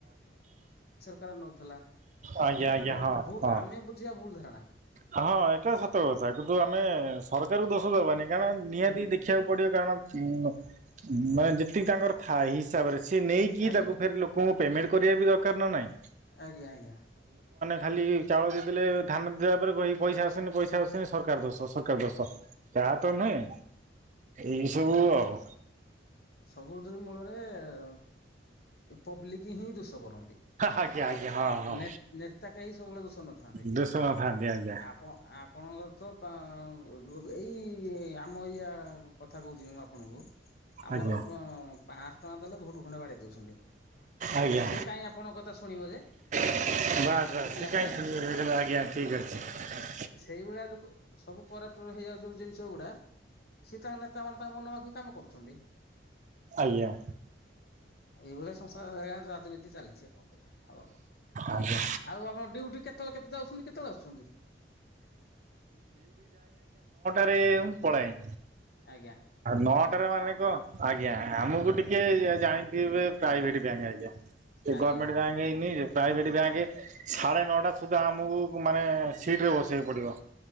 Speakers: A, on the left; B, on the right.
A: କାର ନଉଥିଲା
B: ଆଜ୍ଞା
A: ଏଟା
B: ଆଜ୍ଞା
A: ଭୁ
B: ହଁ
A: ଭୁ
B: ହଁ।
A: ଆମେ ବୁଝିବା ଭୁଲ ଧା
B: ହଁ ଏଟା ସତ କଥା କିନ୍ତୁ ଆମେ ସରକାର କୁ ଦୋଷ ଦବାନି। କାରଣ ନିହାତି
A: ହୁଁ
B: ଦେଖିବାକୁ ପଡ଼ିବ କାରଣ ଉ ମାନେ ଯେତିକି ତାଙ୍କର ଥାଏ ହିସାବରେ ସି ନେଇକି
A: ଆଜ୍ଞା
B: ତାକୁ ଫେର ଲୋକଙ୍କୁ ପେମେଣ୍ଟ କରିବା ବି ଦରକାର ନା ନାହିଁ।
A: ଆଜ୍ଞା ଆଜ୍ଞା।
B: ଖାଲି ଚାଉଳ ଦେଇ ଦେଲେ ଧାନ ଦେବା ପରେ କହି ପଇସା ଆସୁନି ପଇସା ଆସୁନି ସରକାର ଦୋଷ ସ ଏକା ଦୋଷ ତା ତ ନୁହେଁ ଏଇ ସବୁ ଆଉ।
A: ସବୁଦି ମୂଳରେ ଏ ପବ୍ଲିକ୍ ହିଁ ଦୋଷ କର
B: ହା ଆଜ୍ଞା ଆଜ୍ଞା। ହଁ ହଁ
A: ନେ ନେତା କାହିଁ ସବୁବେଳେ ଦୋଷ ନଥାନ୍ତି
B: ଦୋଷ ନଥାନ୍ତି ଆଜ୍ଞା।
A: ଆପଣ ଆପଣଙ୍କର ତ ପାଆ ରୁ ଏଇ ଆମ ଇଆ କଥା କହୁଛି ମୁଁ ଆପଣଙ୍କୁ। ଆମର
B: ଆଜ୍ଞା
A: ମ ପାଶହ ଟଙ୍କା ଦେଲେ ଭୋଟ ଖଣ୍ଡେ ବାଡ଼େ ଇ ଦଉଛନ୍ତି
B: ଆଜ୍ଞା
A: ସେ କାହିଁ ଆପଣଙ୍କ କଥା ଶୁଣିବ ଯେ।
B: !
A: ଜିତିଲା ପରେ
B: !!!!!!!!!
A: ସେଇଭଳିଆ ଲୋକ ସବୁ କରରେପଟ ହେଇଯାଉଚନ୍ତି ଜିନିଷକୁ ପଡ଼ା ସିଏ ତାଙ୍କ ନେତା ମାନେ ତାଙ୍କ ମନେ ମାଖି କାମ କରୁଛନ୍ତି।
B: ଆଜ୍ଞା।
A: ଏଇଭଳିଆ ସଂସ ଆ ରାଜନୀତି ଚାଲିଛି କଣ କରିବା ହଉ।
B: ଆଜ୍ଞା।
A: ଆଉ ଆପଣ ଡ୍ୟୁଟି କେତେବେଳେ କେତେ ଯାଉଛନ୍ତି କେତେବେଳେ ଆସୁଛନ୍ତି?
B: ବେ ପଳାଏଁ।
A: ଆଜ୍ଞା
B: ଆଉ ନଅଟାରେ ମାନେ କ ଆଜ୍ଞା ଆମକୁ ଟିକେ ଏ ଜାଣିଥିବେ। ପ୍ରାଇଭେଟ ବ୍ୟାଙ୍କେ ଆଜ୍ଞା
A: ଆଜ୍ଞା
B: ଗର୍ମେଣ୍ଟ
A: ଆଜ୍ଞା
B: ବ୍ୟାଙ୍କେ ହେଇନି ଯେ ପ୍ରାଇଭେଟ ବ୍ୟାଙ୍କେ ସାଢ଼େ ନଅଟା ସୁଦ୍ଧା ଆମକୁ ମାନେ ସିଟରେ ବସିବାକୁ ପଡ଼ିବ।